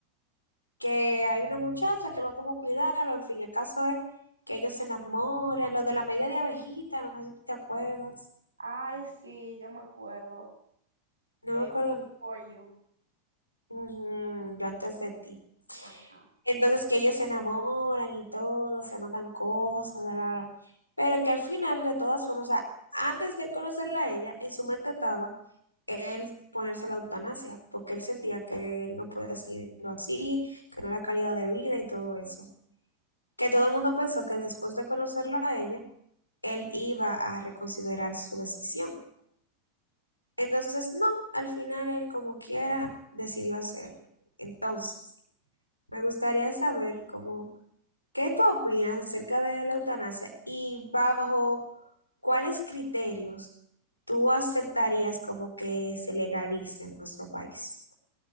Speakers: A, on the left; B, on the right.
A: que hay una muchacha que va como a cuidarlo, en fin, el caso es que ellos se enamoran, lo de la media de abejita, no sé si te acuerdas,
B: Ay, sí, yo me acuerdo.
A: no
B: Eh,
A: me acuerdo,
B: for you.
A: Ujú, yo antes de ti.
B: Ajá.
A: Entonces que ellos se enamoran y todo, se mandan cosas, la, la, la. Pero que al final, de todas formas, o sea, antes de conocerla a ella, en su mente estaba él ponerse la eutanasia, porque él sentía que él no podía seguir viviendo así, que no era calidad de vida y todo eso. Que todo el mundo pensó que después de conocerla a ella, él iba a reconsiderar su decisión. Entonces, no, al final él como quiera decidió hacerlo. Entonces, me gustaría saber cómo... ¿Qué tú opinas acerca de la eutanasia y bajo cuáles criterios tú aceptarías como que se legalice en nuestro país?